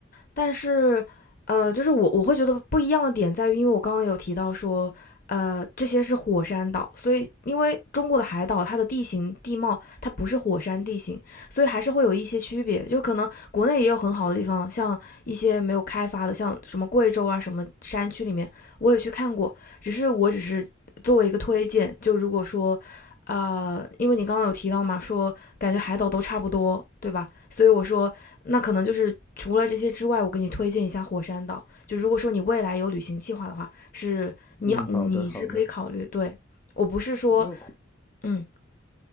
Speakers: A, on the left; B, on the left.
A: 但是，呃，就是我我会觉得不一样的点在于，因为我刚刚有提到说，呃，这些是火山岛，所以因为中国的海岛它的地形地貌它不是火山地形，所以还是会有一些区别。就可能国内也有很好的地方，像一些没有开发的，像什么贵州啊什么山区里面，我也去看过，只是我只是作为一个推荐，就如果说，呃，因为你刚刚有提到嘛，说感觉海岛都差不多，对吧？所以我说，那可能就是除了这些之外，我给你推荐一下火山岛。就如果说你未来有旅行计划的话，是你要你是可以考虑。
B: 嗯，好的好的，
A: 对我不是说，
B: 因为
A: 嗯，